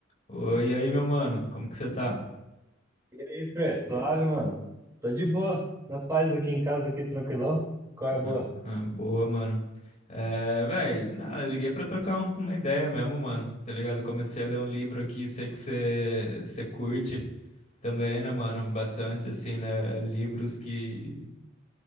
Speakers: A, on the left; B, on the right.
A: Oi, e aí, meu mano, como que você tá?
B: E aí, Fê? Suave, mano? Tô de boa, na paz aqui em casa, aqui tranquilão. Qual é a boa?
A: Ah, ah, boa, mano. É, véi, ah, liguei pra trocar um- uma ideia mesmo, mano, tá ligado? Comecei a ler um livro aqui, sei que você você curte também, né, mano? Bastante, assim, né? Livros que